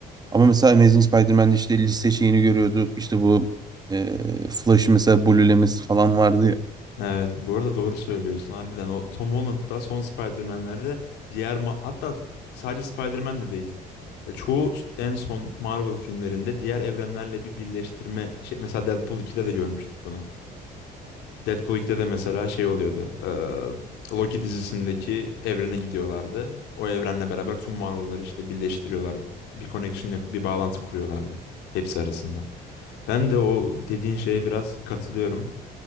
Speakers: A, on the right; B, on the left.
A: Ama mesela Amazing Spider-Man'de işte liste şeyini görüyorduk. İşte bu e, Flash'ı mesela blue'lemesi falan vardı ya.
B: Evet, bu arada doğru söylüyorsun harbiden. O Tom Holland'da son Spider-Man'lerde diğer ma- hatta sadece Spider-Man de değil. E, Çoğu s- en son Marvel filmlerinde diğer evrenlerle bir birleştirme şey mesela Deadpool 2'de de görmüştük bunu. Deadpool 2'de de mesela şey oluyordu. e, Loki dizisindeki evrene gidiyorlardı. O evrenle beraber tüm Marvel'ları işte birleştiriyorlar. Bir connection, bir bağlantı kuruyorlardı hepsi arasında. Ben de o dediğin şeye biraz katılıyorum.